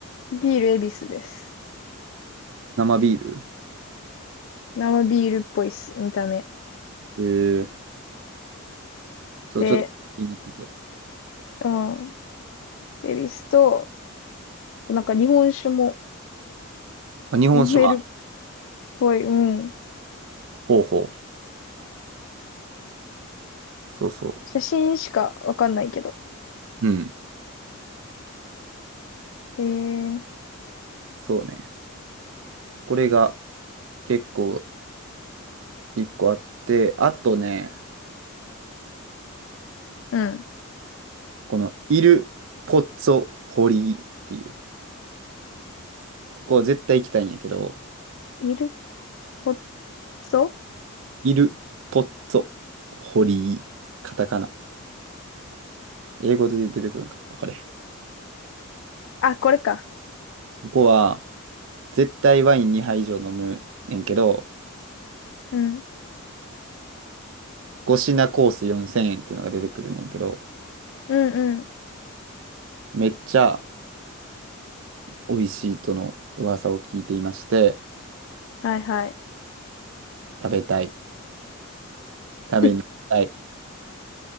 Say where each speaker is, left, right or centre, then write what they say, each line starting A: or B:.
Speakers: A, on the left; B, on the right.
A: ビール恵比寿です。
B: 生ビール
A: 生ビールっぽいっす、見た目。
B: ええそう、
A: で、
B: ちょっと気になってて。
A: うん。恵比寿と、あとなんか日本酒も
B: あ、日本酒もある。
A: 飲めるっぽい。うん。
B: ほうほう。そうそ
A: 写真しかわかんないけど。
B: う。うん。
A: えー、
B: そうね。これが結構一個あって、あとね、
A: うん。
B: このイル・ポッツォ・ホリーっていう、ここは絶対行きたいんやけど、
A: イルポッツォ
B: イル・ポッツォ・ホリー、カタカナ。英語で出てくるんかなわかれへ
A: あ、これか。
B: ん。ここは絶対ワイン2杯以上飲むねんけど、
A: うん。
B: 5品コース4000円っていうのが出てくるねんけど、
A: うんうん。
B: めっちゃ美味しいとの噂を聞いていまして、
A: はいはい。
B: 食べたい。食べに行きたい。
A: <laughs>